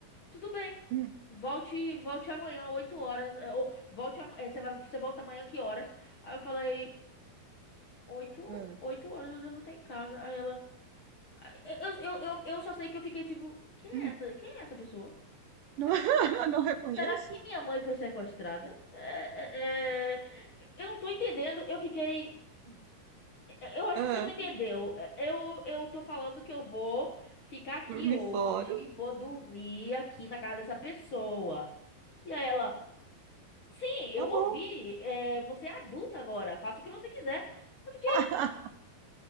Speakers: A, on the left (about 45°); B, on the right (about 75°).
A: "Tudo bem.
B: hum,
A: Volte, volte amanhã, 8 horas, é, ou volte, ama- é, você vai, você volta amanhã que horas?" Aí eu falei: oito,
B: hã,
A: oito horas eu devo estar em casa." Aí ela eu, eu, eu, eu só sei que eu fiquei tipo, quem
B: hum.
A: é essa? Quem é essa pessoa?
B: Não
A: Será
B: <laughs>
A: que,
B: não reconheço.
A: será que minha mãe foi sequestrada? É, é, é, eu não tô entendendo. Eu fiquei. É, Eu acho
B: Hã,
A: que você não entendeu. É, Eu, eu tô falando que eu vou ficar aqui
B: dormi
A: hoje,
B: fora.
A: vou dormir aqui na casa dessa pessoa. E aí ela, sim, eu
B: Tá
A: ouvi.
B: bom.
A: é, você é adulta agora, faça o que você quiser. Eu fiquei,
B: <laughs>